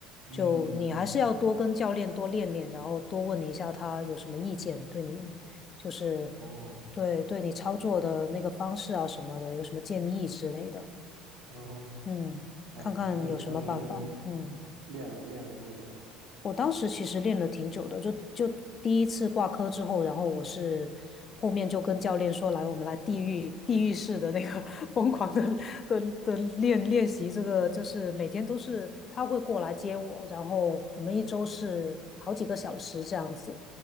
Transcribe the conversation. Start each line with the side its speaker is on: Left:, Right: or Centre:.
Right: 嗯嗯嗯，
Left: 就你还是要多跟教练多练练，然后多问一下他有什么意见，对你就是
Right: 哦，
Left: 对对你操作的那个方式啊什么的，有什么建议之类的，
Right: 啊哈，
Left: 嗯，
Right: 哎，
Left: 看看有什么办法，
Right: 那你当时是
Left: 嗯。
Right: 练了练了多久啊？
Left: 我当时其实练了挺久的，就就第一次挂科之后，然后我是后面就跟教练说，来，我们来地狱地狱式的那个 <laughs> 疯狂的的的练练习，这个就是每天都是他会过来接我，然后我们一周是好几个小时这样子，